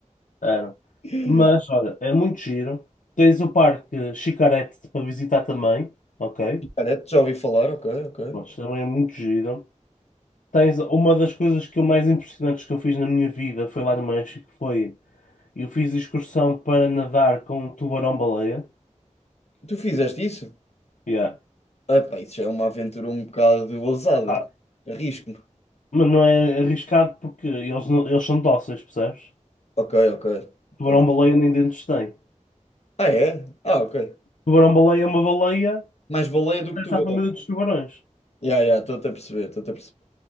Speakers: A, on the left (about 80°); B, on the left (about 55°).
A: Era.
B: <laughs>
A: Mas, olha, é muito giro. Tens o Parque Xicarete para visitar também, ok?
B: Cara, já ouvi falar, ok, ok.
A: Mas também é muito giro. Tens uma das coisas que eu mais impressionantes que eu fiz na minha vida foi lá no México, foi eu fiz excursão para nadar com um tubarão-baleia.
B: Tu fizeste isso?
A: Yeah.
B: Epá, isso é uma aventura um bocado ousada.
A: Ah,
B: Arrisco-me.
A: Mas não é arriscado porque eles, não- eles são dóceis, percebes?
B: Ok, ok, ok.
A: Tubarão-baleia nem dentes tem.
B: Ah, é? Ah, ok.
A: Tubarão-baleia é uma baleia,
B: Mais baleia do
A: pertence
B: que tubarão.
A: à família dos tubarões.
B: Ya, ya, estou-te a perceber, estou-te a perceber.